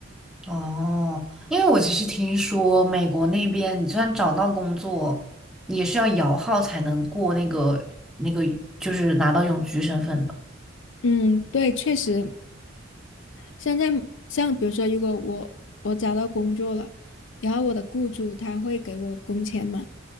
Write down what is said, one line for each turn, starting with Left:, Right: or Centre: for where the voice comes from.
Centre: 哦，因为我其实听说美国那边，你就算找到工作，你也是要摇号才能过那个那个，就是拿到永居身份的。
Left: 嗯，对，确实，现在像比如说，如果我我找到工作了，然后我的雇主他会给我工钱嘛，